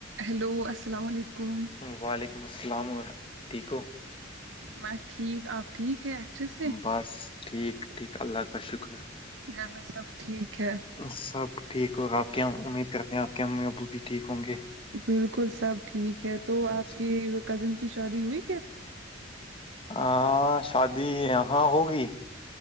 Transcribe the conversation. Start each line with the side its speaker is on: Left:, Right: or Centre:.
Right: hello السلام علیکم
Left: وعلیکم السلام ورحمت ٹھیک ہو
Right: بس ٹھیک آپ ٹھیک ہے اچھے سے
Left: بس ٹھیک ٹھیک اللہ کا شکر
Right: گھر میں سب ٹھیک ہے
Left: سب ٹھیک ہو آپ کے امید کرتے ہیں آپ کے امی ابو بھی ٹھیک ہوں گے
Right: بالکل سب ٹھیک ہے تو آپ
Left: اچھا
Right: کے کزن کی شادی ہوئی پھر
Left: آ ہاں شادی ہاں ہوگںی